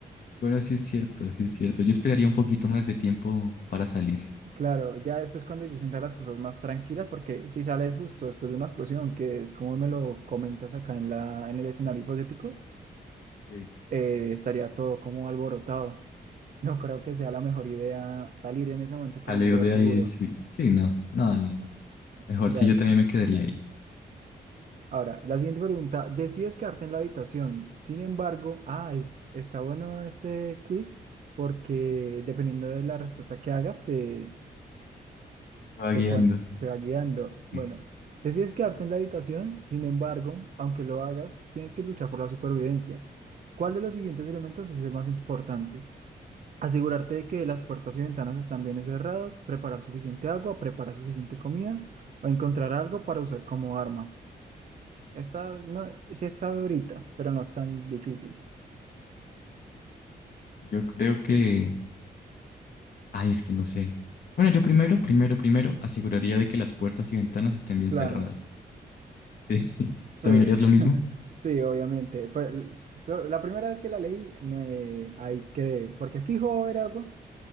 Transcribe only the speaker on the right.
Claro, ya después cuando yo sienta las cosas más tranquilas, porque si sales justo después de una explosión, que es como me lo comentas acá en la, en el escenario hipotético,
eh, estaría todo como alborotado. <laughs> No creo que sea la mejor idea salir en ese momento por
un lugar
seguro.
Dale.
Ahora, la siguiente pregunta, decides quedarte en la habitación. Sin embargo, ah, es- está bueno este quiz porque dependiendo de la respuesta que hagas, te,
te,
pon- te va guiando.
Bueno, decides quedarte en la habitación. Sin embargo, aunque lo hagas, tienes que luchar por la supervivencia. ¿Cuál de los siguientes elementos es el más importante? Asegurarte de que las puertas y ventanas están bien cerradas, preparar suficiente agua, preparar suficiente comida o encontrar algo para usar como arma. Está, no, sí está durita, pero no es tan difícil.
Claro,
sí,
<laughs> sí, obviamente. Fue, l- so- la primera vez que la leí, me, ahí quedé, porque fijo va a haber agua,